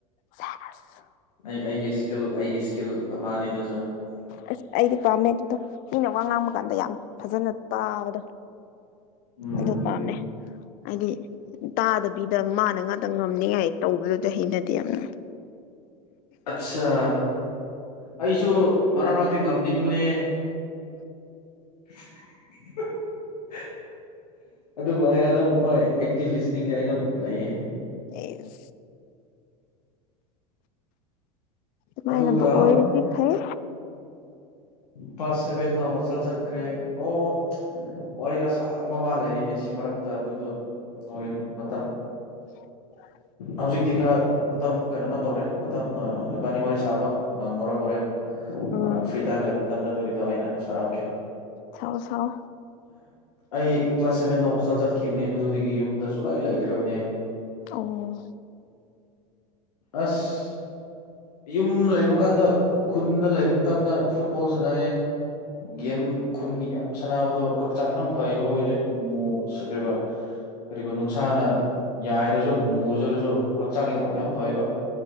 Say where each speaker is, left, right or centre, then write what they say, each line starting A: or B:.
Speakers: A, on the left (about 45°); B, on the left (about 80°).
A: ꯁꯦꯁ ꯑꯁ
B: ꯑꯩ ꯑꯩꯒꯤ ꯏꯁꯀꯤꯜ ꯑꯩꯒꯤ ꯏꯁꯀꯤꯜ ꯑꯃꯅꯦ ꯑꯗꯨꯁꯨ
A: ꯑꯁ ꯑꯩꯗꯤ ꯄꯥꯝꯃꯦ ꯑꯗꯨꯗꯣ ꯃꯤꯅ ꯋꯥ ꯉꯥꯡꯕ ꯀꯥꯟꯗ ꯌꯥꯝ ꯐꯖꯅ ꯇꯥꯕꯗꯣ
B: ꯎꯝ
A: ꯑꯗꯨ ꯄꯥꯝꯃꯦ ꯍꯥꯏꯗꯤ ꯇꯥꯗꯕꯤꯗ ꯃꯥꯅ ꯉꯥꯛꯇ ꯉꯝꯅꯤꯉꯥꯏ ꯇꯧꯕꯤꯗꯨꯗ ꯍꯩꯅꯗꯦ ꯌꯥꯝꯅ
B: ꯑꯠꯆꯥ ꯑꯩꯁꯨ ꯃꯔꯛ ꯃꯔꯛꯇ ꯉꯝꯅꯤꯡꯕꯅꯦ <unintelligible> ꯑꯗꯨꯕꯨ ꯑꯩ ꯑꯗꯨꯝ ꯍꯣꯏ ꯑꯦꯛꯇꯤꯚ ꯂꯤꯁꯅꯤꯡꯗꯤ ꯑꯩ ꯑꯗꯨꯝ ꯂꯩꯌꯦ
A: ꯑꯦꯖ ꯁꯨꯃꯥꯏꯅꯕꯨ
B: ꯑꯗꯨꯒ
A: ꯑꯣꯏꯔꯗꯤ ꯐꯩ
B: ꯀ꯭ꯂꯥꯁ ꯁꯚꯦꯟꯗ ꯍꯣꯁꯇꯦꯜ ꯆꯠꯈ꯭ꯔꯦ ꯑꯣ ꯋꯥꯔꯤ ꯑꯁꯥꯡ ꯃꯃꯥ ꯂꯩꯔꯤ ꯑꯅꯤꯁꯤ ꯃꯔꯛꯇ ꯑꯗꯨꯗꯣ ꯍꯣꯔꯦꯟ ꯃꯇꯝ
A: <unintelligible>
B: ꯍꯧꯖꯤꯛꯇꯤ ꯈꯔ ꯃꯇꯝ ꯀꯩꯅꯣꯃ ꯇꯧꯔꯦ ꯃꯇꯝ ꯏꯕꯥꯅꯤ ꯋꯥꯔꯤ ꯁꯥꯕ ꯉꯣꯔꯣꯏ ꯍꯣꯔꯦꯟ
A: ꯎꯝ
B: ꯐ꯭ꯔꯤ ꯇꯥꯏꯝ ꯂꯩꯕ ꯃꯇꯝꯗ ꯑꯗꯨꯒꯤꯗꯣ ꯑꯩꯅ ꯁꯔꯛꯀꯦ
A: ꯁꯥꯎ ꯁꯥꯎ
B: ꯑꯩ ꯀ꯭ꯂꯥꯁ ꯁꯦꯚꯦꯟ ꯅ ꯍꯣꯁꯦꯜ ꯈꯤꯕꯅꯦ ꯃꯗꯨꯗꯒꯤ ꯌꯨꯝꯗ ꯁꯨꯂꯥꯏ ꯂꯩꯇ꯭ꯔꯕꯅꯦ
A: ꯑꯣ
B: ꯑꯁ ꯌꯨꯝ ꯂꯩ ꯀ ꯀꯥꯟꯗ ꯈꯨꯟꯗ ꯂꯩꯕ ꯃꯇꯝꯗ ꯐꯨꯠꯕꯣꯜꯁꯤꯅ ꯒꯦꯝ ꯈꯨꯟꯒꯤ ꯁꯥꯟꯅꯕꯗꯣ ꯍꯛꯆꯥꯡ ꯌꯥꯝ ꯐꯩꯌꯦꯕ ꯑꯩꯈꯣꯏꯁꯦꯈ꯭ꯔꯤꯕ ꯀꯔꯤꯕ ꯅꯨꯡꯁꯥꯅ ꯌꯥꯏꯔꯁꯨ ꯃꯨꯖꯔꯁꯨ ꯍꯛꯆꯥꯡꯒꯤꯗꯃꯛ ꯌꯥꯝ ꯐꯩꯕ